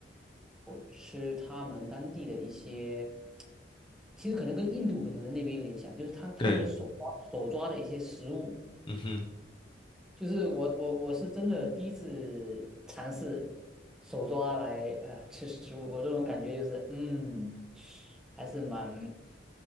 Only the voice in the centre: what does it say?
吃他们当地的一些，其实可能跟印度可能那边有点像，就是他他们的手抓手抓的一些食物，
就是我我我是真的第一次尝试手抓来呃吃食物，我这种感觉就是嗯，还是蛮，